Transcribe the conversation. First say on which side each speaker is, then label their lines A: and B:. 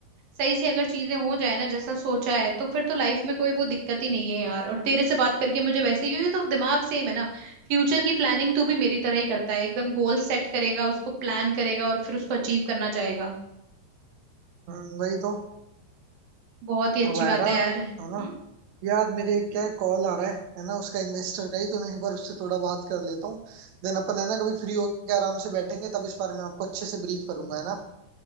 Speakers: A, on the right; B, on the right.
A: सही से अगर चीजें हो जाए ना जैसा सोचा है तो फिर तो लाइफ में कोई वो दिक्कत ही नहीं है यार और तेरे से बात करके मुझे वैसे ही क्योंकि तो दिमाग सेम है ना फ्यूचर की प्लानिंग तू भी मेरी तरह ही करता है एकदम गोल सेट करेगा उसको प्लान करेगा और फिर उसको अचीव करना चाहेगा
B: हम्म, वही तो
A: बहुत ही अच्छी
B: अब आएगा
A: बात है यार हम्म
B: है ना यार मेरे एक क्या कॉल आ रहा है है ना उसका इन्वेस्टर का ही तो मैं एक बार उससे थोड़ा बात कर लेता हूँ देन अपन है ना कभी फ्री होकर आराम से बैठेंगे तब इस बारे में आपको अच्छे से ब्रीफ करूंगा है ना